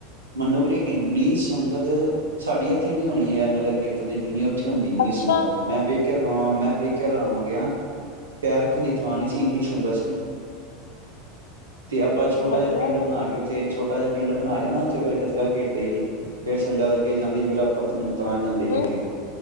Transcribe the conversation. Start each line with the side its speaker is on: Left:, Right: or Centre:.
Right: ਮੰਨੋ ਕਿ ਇੰਨੀ ਸੰਗਤ ਸਾਡੀ ਇੱਥੇ ਨੀ ਹੋਣੀ ਹੈ, ਨਗਰ ਕੀਰਤਨ ਦੀ ਜਿੰਨੀ ਹੁੰਦੀ ਇਹਨੀਂ
Left: ਅੱਛਾ
Right: ਸੰਗਤ, ਮੈਂ ਵੇਖ ਕੇ ਹੈਰਾ- ਹਾਂ ਮੈਂ ਵੀ ਕੇ ਹੈਰਾਨ ਹੋ ਗਿਆ। ਪੈਰ ਰੱਖਣ ਦੀ ਥਾਂ ਨਹੀਂ ਸੀ ਇੰਨੀ ਸੰਗ ਸੰੰਗਤ ਸੀ। <unintelligible> ਤੇ ਆਪਾਂ ਛੋਟਾ
Left: ਵਧੀਆ
Right: ਜਿਹਾ ਪਿੰਡ ਬਣਾ ਕੇ ਉੱਥੇ ਛੋਟਾ ਜਿਹਾ ਪਿੰਡ ਬਣਾ ਕੇ ਨਾ ਉੱਥੇ ਫੇਿਰ ਗਤਕਾ ਖੇਡਦੇ ਸੀ ਫੇਿਰ ਸੰਗਤ ਅੱਗੇ ਜਾਂਦੀ ਫਿਰ ਆਪ ਤਾਂ ਜਾਂਦੇ ਸੀ
Left: ਹੂੰ
Right: ਅੱਗੇ।